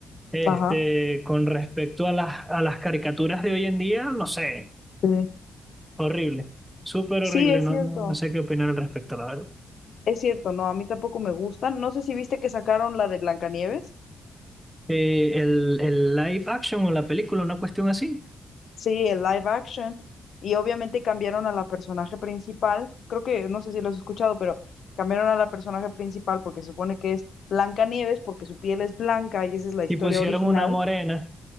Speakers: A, in the centre; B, on the left (about 60°).
A: este,
B: ajá,
A: con respecto a las, a las caricaturas de hoy en día, no sé.
B: sí.
A: Horrible, súper
B: Sí,
A: horrible,
B: es
A: no,
B: cierto,
A: no, no sé qué opinar al respecto, la verdad.
B: es cierto, no, a mí tampoco me gustan. No sé si viste que sacaron la de Blancanieves.
A: Eh, el, el live action o la película, una cuestión así,
B: Sí, el live action. Y obviamente cambiaron a la personaje principal. Creo que, no sé si lo has escuchado, pero cambiaron a la personaje principal porque se supone que es Blancanieves, porque su piel es blanca y esa es la historia
A: y pusieron
B: original.
A: una morena.